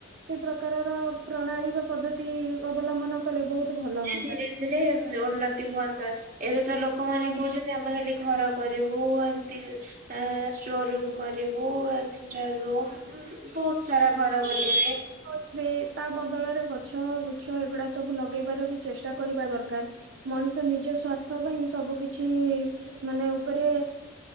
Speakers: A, on the right; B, on the right.
A: ସେ ପ୍ରକାରର ପ୍ରଣାଳୀ ବା ପଦ୍ଧତି ଅବଲମ୍ବନ କଲେ ବହୁତ ଭଲ ହୁଅନ୍ତା।
B: ଧୀରେ ଧୀରେ ଉନ୍ନତି ହୁଅନ୍ତା ଏବେ ତ ଲୋକମାନୋନେ
A: ହୁଁ।
B: କହୁଚ ଆମେ ଖାଲି ଘର କରିବୁ ଏମିତି ଷ୍ଟୋ ରୁମ୍ କରିବୁ ଏକ୍ସଟ୍ରା ରୁମ୍ ବହୁତ୍ ସାରା ଘର ବନେଇବେ।
A: <unintelligible> ତା ବଦଳରେ ଗଛ ବିଛ ଏଗୁଡ଼ା ସବୁ ଲଗେଇବାର ବି ଚେଷ୍ଟା କରିବା ଦରକାର୍। ମଣିଷ ନିଜ ସ୍ୱାର୍ଥ ପାଇଁ ସବୁ କିଛି ମାନେ ଉପରେ